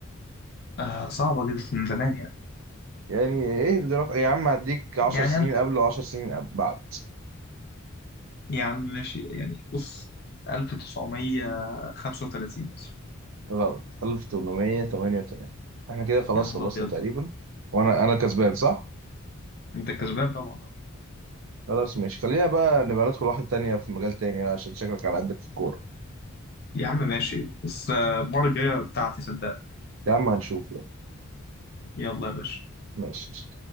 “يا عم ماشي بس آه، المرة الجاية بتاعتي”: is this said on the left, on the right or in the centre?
Left